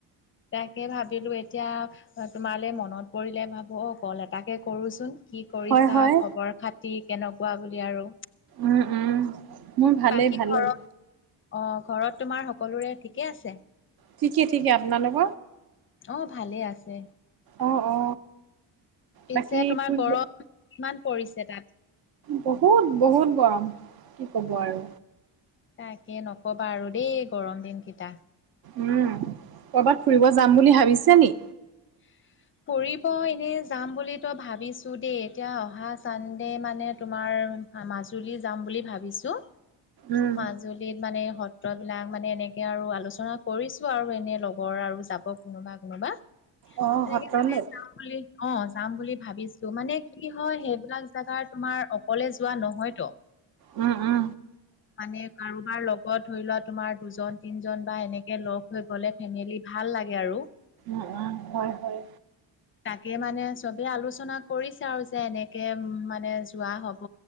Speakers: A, on the left (about 30°); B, on the right (about 60°).
A: তাকে ভাবিলোঁ এতিয়া তোমালে মনত পৰিলে ভাবোঁ অ কল এটাকে কৰোঁচোন। কি কৰিছা
B: হয়, হয়,
A: খবৰ খাতি কেনেকুৱা বুলি আৰু,
B: উম উম মোৰ ভালেই
A: বাকী
B: ভালেই।
A: ঘৰত অ ঘৰত তোমাৰ সকলোৰে ঠিকেই আছে।
B: ঠিকেই ঠিকে আপনালোক।
A: অ ভালেই আছে।
B: অ অ
A: পিছে
B: বাকী
A: তোমাৰ
B: ফুৰিব
A: গৰম কিমান পৰিছে তাত।
B: বহুত বহুত গৰম কি ক'ব আৰু,
A: তাকে নকবা আৰু দেই গৰম দিন কেইটা
B: উম কৰ'বাত ফুৰিব যাম বুলি ভাবিছে নি?
A: <inaudible> ফুৰিব এনে যাম বুলি তো ভাবিছো দেই এতিয়া অহা চানডে মানে তোমাৰ। মাজুলী যাম বুলি ভাবিছোঁ
B: উম,
A: মাজু মাজুলিত মানে সত্ৰবিলাক মানে এনেকে আৰু আলোচনা কৰিছোঁ আৰু এনে লগৰ আৰু যাব কোনোবা কোনোবা
B: অ',
A: এনেকে
B: সত্ৰলৈ
A: মানে <unintelligible> বুলি অ যাম বুলি ভাবিছোঁ মানে কি হয় সেইবিলাক জাগাৰ তোমাৰ অকলে যোৱা নহয় ত।
B: উম উম
A: মানে কাৰোবাৰ লগত ধৰি লোৱা তোমাৰ দুজন তিনজন বা এনেকে লগ হৈ গ'লে ফেমেলি ভাল লাগে আৰু।
B: অ অ হয় হয়।
A: <inaudible> তাকে মানে চবেই আলোচনা কৰিছে আৰু যে এনেকে মানে যোৱা হ'ব।